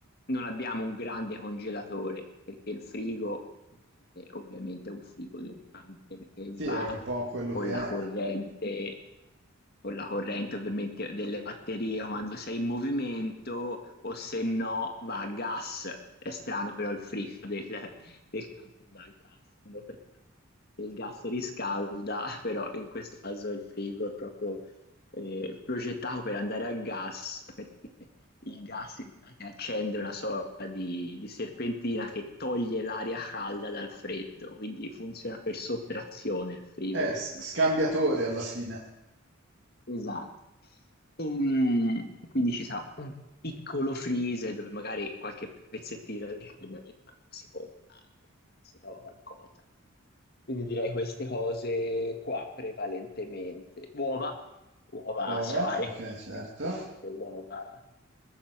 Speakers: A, on the left; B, on the right.
A: non abbiamo un grande congelatore, perché il frigo eh, ovviamente è un frigo di un camper che va
B: Sì, è un po' quello
A: con
B: che
A: la
B: è.
A: corrente con la corrente ovviamente delle batterie quando sei in movimento o se no va a gas. È strano però il frigo del, del camper va a gas, uno pensa che il gas riscalda, <laughs> però in questo caso il frigo è proprio eh, progettato per andare a gas perché il gas in pratica accende una sorta di, di serpentina che toglie l'aria calda dal freddo, quindi funziona per sottrazione il frigo
B: Eh, s-
A: del, del
B: scambiatore
A: camper.
B: alla fine.
A: Esatto un- quindi ci sarà un piccolo freezer dove magari qualche pezzettino di carne ogni tanto si compra anche, ecco, che si trova qualcosa. Quindi direi queste cose qua prevalentemente. Uova, uova
B: Uova,
A: a sfare,
B: ok, certo.
A: perché comunque uova.